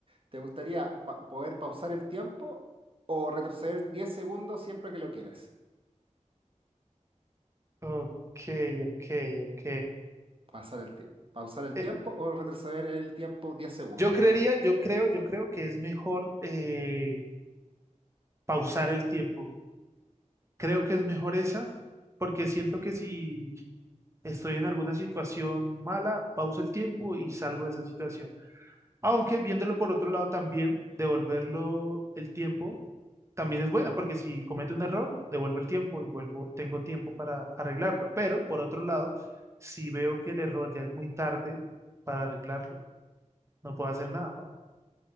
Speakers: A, on the right; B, on the right.
A: ¿te gustaría pa- poder pausar el tiempo o retroceder 10 segundos siempre que lo quieras?
B: Ok, ok, ok.
A: Pasar el ti- pausar el
B: Eh,
A: tiempo o retroceder el tiempo 10 segundos.
B: Yo creería, yo creo, yo creo que es mejor eh, pausar el tiempo. Creo que es mejor esa, porque siento que si estoy en alguna situación mala, pauso el tiempo y salgo de esa situación. Aunque viéndolo por otro lado también, devolverlo el tiempo también es buena, porque si cometo un error, devuelvo el tiempo y vuelvo, tengo tiempo para arreglarlo. Pero por otro lado, si veo que el error ya es muy tarde para arreglarlo, no puedo hacer nada, ¿no?